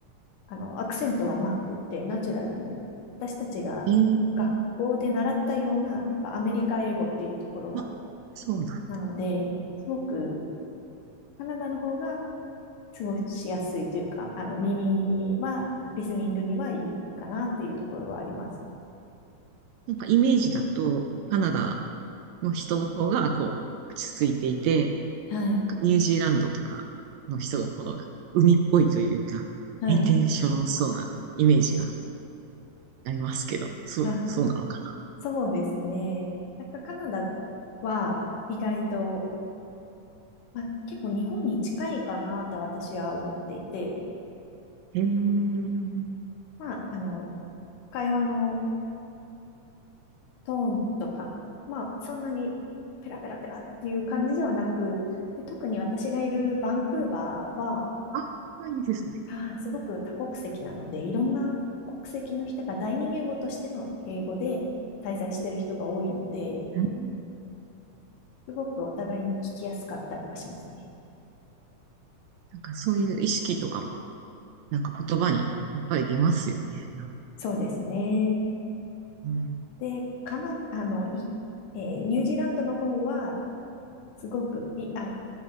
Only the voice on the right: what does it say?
えー、
あ、そうなん。
なんかイメージだと、カナダの人の方がこう、落ち着いていて、
ニュージーランドとかの人の方が海っぽいというか、
リテンションそうなイメージがありますけど、そう、
そうなのか
えー、うん。
あ、いいですね。
うん。
なんかそういう意識とかも、なんか言葉にやっぱり出ますよね。
うん。